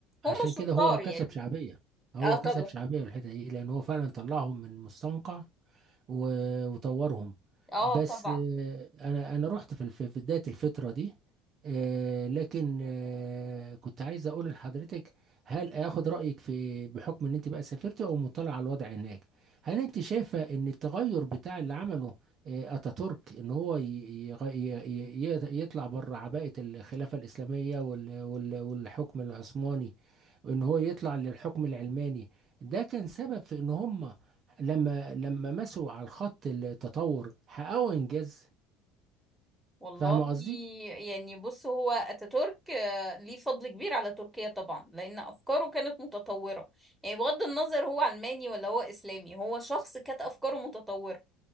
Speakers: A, in the centre; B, on the right.
A: هم
B: عشان كده
A: شطار
B: هو كسب
A: يعني
B: شعبية هو
A: اه طبعا
B: كسب شعبية في الحتة دي لأن هو فعلا طلعهم من مستنقع و- وطورهم
A: اه
B: بس
A: طبعا
B: آه، أنا أنا رحت في الف- في بداية الفترة دي آه، لكن آه، كنت عايز أقول لحضرتك هل آخد رأيك في بحكم إن أنت بقى سافرت أو مطلع على الوضع هناك هل أنت شايفة إن التغير بتاع اللي عمله آه، أتاتورك إن هو ي- يغ- ي- ي- يطلع بره عباءة الخلافة الإسلامية وال- وال- والحكم العثماني وان هو يطلع للحكم العلماني ده كان سبب في ان هم لما لما مسوا على الخط التطور حققوا انجاز
A: والله
B: فاهم قصدي
A: يعني بص هو اتاتورك آه، ليه فضل كبير على تركيا طبعا لان افكاره كانت متطوره يعني بغض النظر هو علماني ولا هو اسلامي هو شخص كانت افكاره متطوره